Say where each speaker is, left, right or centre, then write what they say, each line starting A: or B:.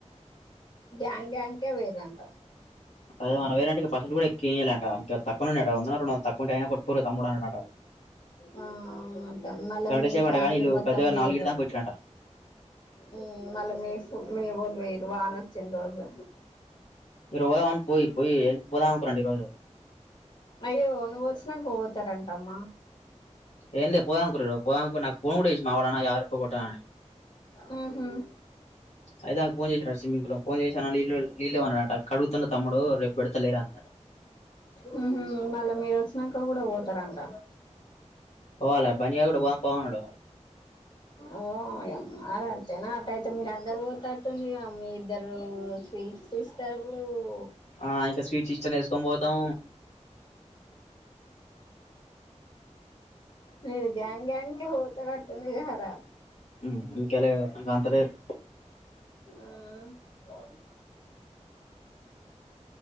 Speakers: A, on the left; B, on the left.
A: గ్యాంగ్ గ్యాంగ్ కే వేరంట.
B: అదే మన వేరంట్ కి పసుపు కూడా ఎక్కిఇయాలంట ఇట్లా పక్కనుండేటవిఅన్న వంద రెండు వందలు తక్కుఉంటాయ్ ఐనా పోరా తమ్ముడా అని అడుగతాడు.
A: ఆ అవును మళ్ళ
B: గంట
A: మీ
B: సేపు
A: ఫ్యామిలీ
B: అట కానీ వీళ్ళు
A: మొత్తం
B: గద్దె గారు
A: వేయ్యరు
B: నాలుగిటి దాకా కొట్టిరంట
A: ఉమ్మ్ మళ్ళా మీ ఫు మీవోళ్ళువెయ్యరు. వాన వచ్చిన రోజు
B: ఇరువన్ పోయి పోయి పోదాంకురండి ఈ రోజు
A: అయ్యో నువ్వు వచ్చినాక పోతారంటమ్మా
B: టేర్లే పోాం కు పోదంరు నాకు పోకముడేచ్చ మా అవడనా యారు ఇ పోయిాను
A: ఉహు
B: అయిధాక్ ఫోన్ చేస్రా ఆ స్విమ్మింగ్ పూల్ లో ఫోన్ చేసి అన <unintelligible> వీళ్ళు అన్నాట కవితల తమ్ముడు రేపు పెడుత లేడట
A: ఉమ్మ్ మళ్ళా మీరు వచ్చినాక కూడా పోతారంట.
B: పోవాల బన్నీ లేకుండా పోదాం పోదాం అంటే పోదాం.
A: ఓ అమ్మా అంతేనా అట్ట అయితే మీరందర్ పోతేటుంది మీ ఇద్దరు స్వీట్ సిస్టరు <unintelligible>
B: ఆ ఇంక స్వీట్స్ ఇష్టంన వేసుకొని పోతాం
A: మీరు గ్యాంగ్ గ్యాంగ్ కి పోతనట్టుంది కదరా
B: హు ఏకాలం అంతలేద్
A: ఆ